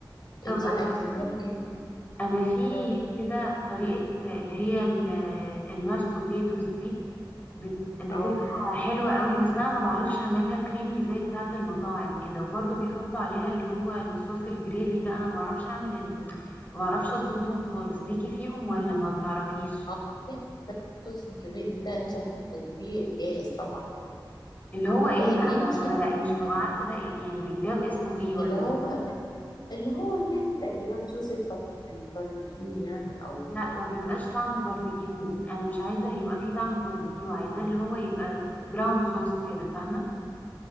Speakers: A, on the left (about 20°); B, on the left (about 60°).
A: طب
B: دي أكلة
A: انا بصي
B: ممكن
A: انا في
B: اه
A: كده طريقة اللي هي الماشت بوتيتوز دي بت- بتبقى
B: اه
A: حلوة قوي بس انا ما بعرفش اعملها كريمي زي بتاعة المطاعم كده وبرضو بيحطوا عليها اللي هو الصوص الجريفي ده انا ما بعرفش اعمل ال... ما بعرفش اظبطهم خالص ليكي فيهم ولا ما بتعرفيش
B: آه. صوص الجريفي ده انت هتجيبيه جاهز طبعا يعني
A: اللي هو ايه
B: لان
A: بقى
B: انت
A: ما انا ما بلاقي مش ببقى عارفة ده إيه يعني بيتجاب اسمه ايه ولا
B: اللي هو اللي هو يعني تقريبا صوص البار- الباربيكيو يعني او
A: لا ما بيبقاش
B: آه،
A: طعمه باربيكيو انا مش عايزه يبقى فيه طعم باربيكيو عايزه اللي هو يبقى براون صوص كده فاهمه